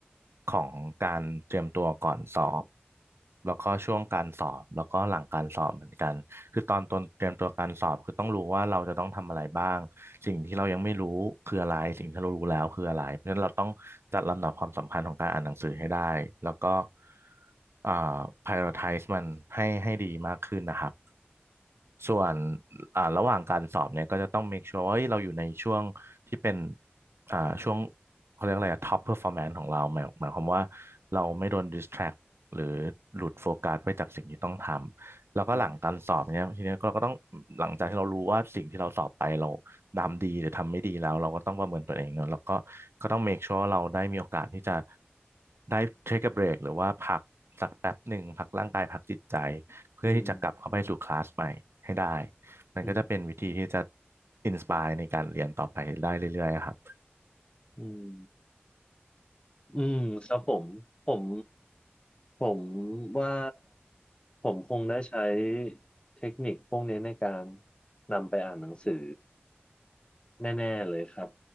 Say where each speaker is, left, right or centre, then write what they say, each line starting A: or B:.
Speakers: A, on the right; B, on the left.
A: ของการเตรียมตัวก่อนสอบแล้วก็ช่วงการสอบแล้วก็หลังการสอบเหมือนกัน คือตอนตอนเตรียมตัวการสอบคือต้องรู้ว่าเราจะต้องทำอะไรบ้างสิ่งที่เรายังไม่รู้คืออะไรสิ่งที่เรารู้แล้วคืออะไรเพราะฉะนั้นเราต้องจัดลำดับความสำคัญของการอ่านหนังสือให้ได้แล้วก็อ่า prioritize มันให้ให้ดีมากขึ้นนะครับส่วนอ่าระหว่างการสอบเนี่ยก็จะต้อง make sure ว่าเฮ้ยเราอยู่ในช่วงที่เป็นอ่าช่วงเขาเรียกอะไรอะ top performance ของเราหมายหมายความว่าเราไม่โดน distract หรือหลุดโฟกัสไปจากสิ่งที่ต้องทำ แล้วก็หลังการสอบเนี้ยทีเนี้ยเราก็ต้องหลังจากที่เรารู้ว่าสิ่งที่เราสอบไปเราทำดีหรือทำไม่ดีแล้วเราก็ต้องประเมินตัวเองเนอะแล้วก็ก็ต้อง
B: อืม
A: make sure เราได้มีโอกาสที่จะได้ take a break หรือว่าพักสักแป๊บหนึ่งพักร่างกายพักจิตใจเพื่อที่จะกลับเข้าไปสู่คลาสใหม่ให้ได้
B: อืม
A: มันก็จะเป็นวิธีที่จะ
B: อืม
A: อินสปายในการเรียนต่อไปได้เรื่อยๆครับ
B: อืม อืมครับผมผมผมว่าผมคงได้ใช้เทคนิคพวกนี้ในการนำไปอ่านหนังสือแน่ๆเลยครับ